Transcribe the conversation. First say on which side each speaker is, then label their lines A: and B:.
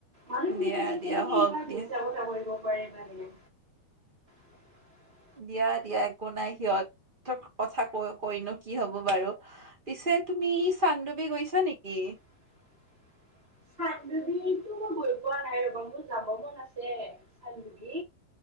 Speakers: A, on the right; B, on the right.
A: মানুহখনে
B: দিয়া
A: পিছে
B: দিয়া
A: কেনেকে
B: হওক
A: ইমান
B: দিয়া
A: মিছা কথা কৰিব পাৰে মানে <unintelligible>
B: দিয়া দিয়া একো নাই সিহঁত কথা কৈ কৈনো কি হব বাৰু পিছে তুমি চান্দুবি গৈছা নেকি
A: <unintelligible> চানডুবিটো গৈ পোৱা নাই ৰবা মোৰ যাব মন আছে চানডুবি